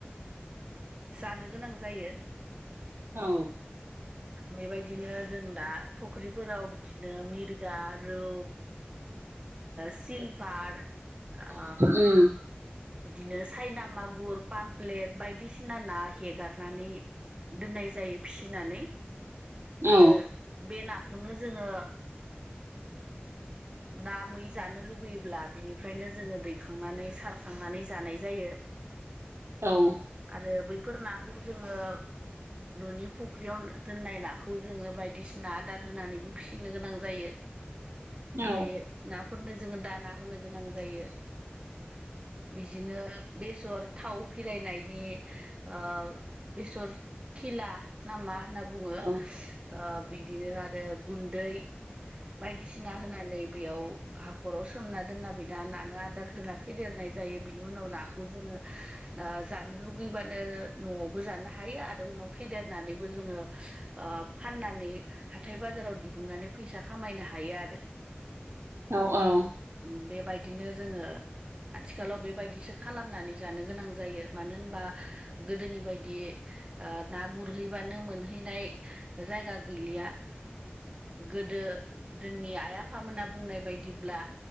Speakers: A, on the right (about 25°); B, on the right (about 80°).
A: जानो गोनां जायो
B: औ
A: बेबायदिनो जों दा फुख्रिफोराव बिदिनो मिरगा रौ सिलभार आ
B: उम
A: बिदिनो सायना मागुर पामफ्लेट बायदिसिना ना हेगारनानै दोननाय जायो फिसिनानै।
B: औ
A: आरो बे नाखौनो जोङो
B: <inaudible>
A: ना मै जानो लुगैयोब्ला बिनिफ्रायनो जोङो दैखांनानै सारखांनानै जानाय जायो।
B: औ
A: आरो बैफोर नाखौ जोङो न'नि फुख्रियाव दोननाय ना खौ जोङो बायदिसिना आदार होनानैबो फिसिनो गोनां जायो
B: औ
A: बे नाफोरनो जोङो दाना होनो गोनां जायो बिजिनो बेसर थाव फिरायनायनि ओ बेसर खिला ना मा होनना बुङो? ओ
B: औ
A: बिदिनो आरो गुन्दै बायदिसिना होनानै बेयाव हाख'राव सोमना दोनना बिदना नानो आदार होना फेदेरनाय जायो बिनि उनाव नाखौ जोङो ओ जानो लुगैबानो न'आवबो जानो हायो आरो उनाव फेदेरनानैबो जोङो ओ फाननानै हाथाय-बाजाराव दिहुननानै फैसा खामायनो हायो आरो।
B: औ औ
A: उम बे बायदिनो जोङो आथिखालाव बेबायदिसो खालामनानै जानो गोनां जायो मानो होनबा गोदोनि बायदि ओ ना गुरहैबानो मोनहैनाय जायगा गैलिया। गोदो जोंनि आइ-आफामोना बुंनाय बायदिब्ला